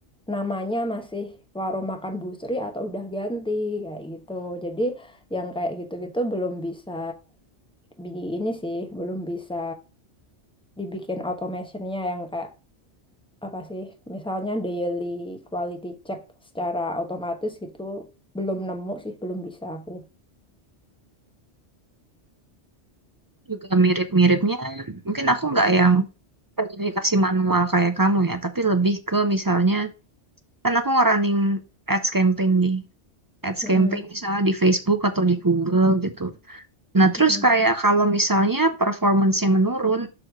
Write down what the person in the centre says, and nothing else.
namanya masih warung makan Bu Sri atau udah ganti kayak gitu. Jadi yang kayak gitu-gitu belum bisa di ini sih, belum bisa dibikin automationnya yang kayak apa sih? Misalnya daily quality check secara otomatis gitu belum nemu sih, belum bisa aku.
Mm-mm,
mm-mm,